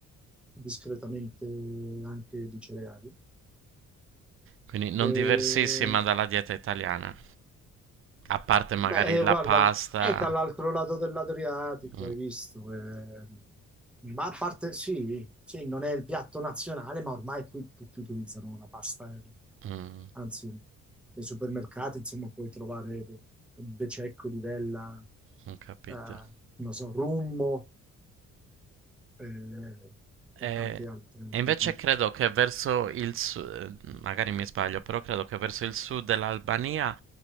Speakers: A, in the centre; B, on the right.
A: discretamente anche di cereali.
B: Quindi non
A: Eh,
B: diversissima dalla dieta italiana, a parte magari
A: Beh,
B: la
A: eh, guarda,
B: pasta.
A: è dall'altro lato dell'Adriatico,
B: Mm,
A: hai visto. eh. Ma a parte, sì, sì, non è il piatto nazionale, ma ormai qui tutti utilizzano la pasta. eh.
B: mm,
A: Anzi, nei supermercati, insomma, puoi trovare de- bececco, livella,
B: ho capito.
A: eh, non so, rummo eh, e
B: E,
A: tanti altri
B: e invece
A: tipi.
B: credo che verso il sud, magari mi sbaglio, però credo che verso il sud dell'Albania,